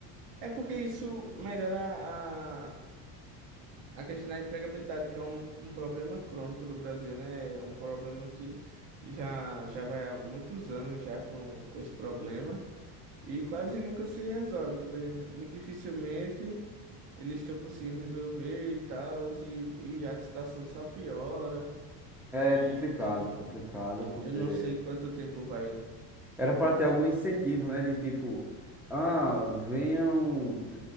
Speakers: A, on the right (about 65°); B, in the centre.
A: É porque isso melhora a, a questão da empregabilidade, que é um, um problema crônico do Brasil, né? É um problema que já, já vai há muitos anos já com, com esse problema. E quase nunca se resolve. Tipo, a gente- muito dificilmente eles estão conseguindo resolver e tal, e, e a situação só piora.
B: É
A: E
B: complicado, complicado, porque
A: eu não sei quanto tempo vai.
B: era para ter algum incentivo, né? De tipo, ah, venham.